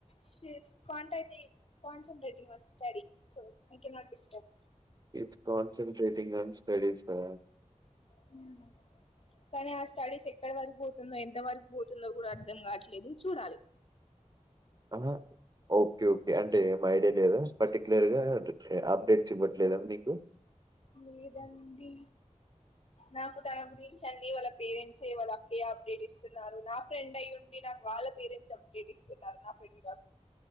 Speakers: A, on the left; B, on the right.
A: శే స్ quantity concentrate your studies so I cannot disturb
B: it's concentrating on స్టడీసా
A: హు కానీ ఆ స్టడీస్ ఎక్కడ వరకు పోతుందో ఎంత వరకు పోతుందో కూడా అర్థం కాట్లేదు చూడాలి
B: అన్నా ఒకే ఒకే అంటే ఏం ఐడియా లేదు పర్టికులర్ గా అప్డేట్స్ ఇవ్వట్లేదా మీకూ
A: లేదండి నాకు తన గురించి అన్నీ వాళ్ళ పేరెంట్సే వల ఏ అప్డేట్ ఇస్తున్నారు నా ఫ్రెండ్ అయ్యి ఉండి నాకు వాళ్ళ పేరెంట్స్ అప్డేట్ ఇస్తున్నారు నా ఫ్రెండ్